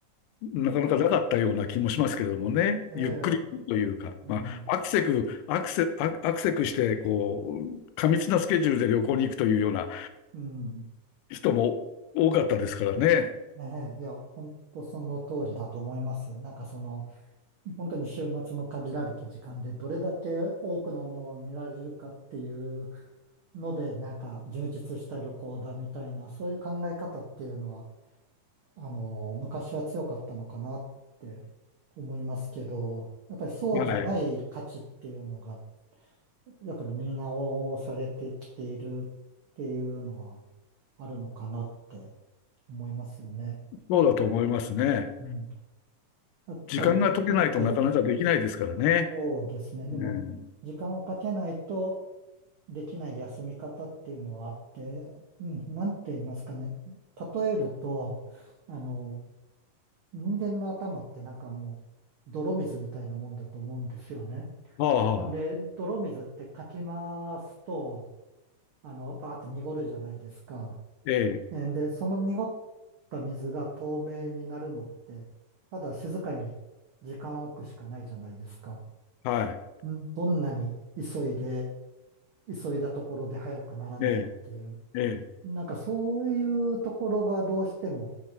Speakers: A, on the left (about 85°); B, on the right (about 85°).
A: なかなかなかったような気もしますけれどもね。
B: うん、ええ、
A: ゆっくりというか、
B: うん、
A: まあ、アクセク、アクセ、アアクセクして、こう、過密なスケジュールで旅行に行くというような
B: うん、
A: 人も多かったですからね。
B: ねえ、いや、本当その通りだと思います。なんかその、本当に週末の限られた時間でどれだけ多くのものを見られるかっていうので、なんか充実した旅行だみたいな、そういう考え方っていうのは、あの、昔は強かったのかなって思いますけど、やっぱりそうじゃない価値っていうのが、
A: はい。
B: やっぱり見直されてきているっていうのはあるのかなって思いますよね。なんで、
A: そうだと思いますね。
B: うん、やっぱり、
A: 時間が取れないとなかなかできないですからね。
B: はい、そうですね。でも、
A: うん、
B: 時間をかけないとできない休み方っていうのはあって、うん、なんて言いますかね。例えると、あの、人間の頭ってなんかもう泥水みたいなもんだと思うんですよね。
A: ああ、
B: ほんで、泥水ってかき回すと、あの、バーって濁るじゃないですか。
A: ええ、
B: えーで、その濁った水が透明になるのって、ただ静かに時間を置くしかないじゃないですか。
A: はい。
B: んどんなに急いで、急いだところで早くならないっていう。
A: ええ、ええ。
B: なんかそういうところがどうしても